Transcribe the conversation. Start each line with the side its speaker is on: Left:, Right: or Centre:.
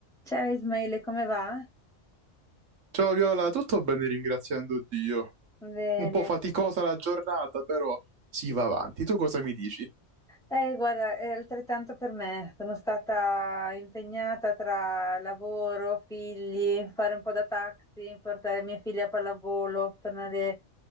Centre: Ciao Ismaele, come va?
Right: Ciao Viola, tutto bene ringraziando Dio.
Centre: Bene.
Right: Un po' faticosa la giornata, però si va avanti. Tu cosa mi dici?
Centre: Eh, guarda, è altrettanto per me. Sono stata impegnata tra lavoro, figli, fare un po' da taxi, portare mia figlia a pallavolo, tornare